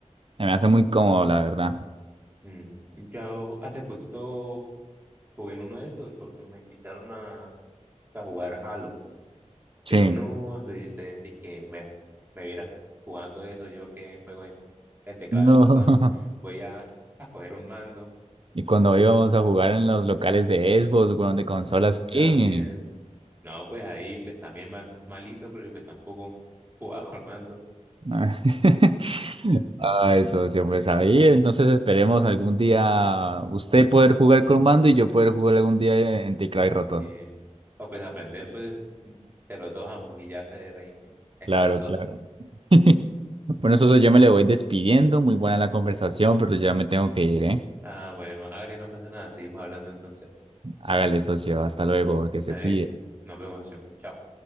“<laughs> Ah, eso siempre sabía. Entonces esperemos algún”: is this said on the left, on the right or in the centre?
Right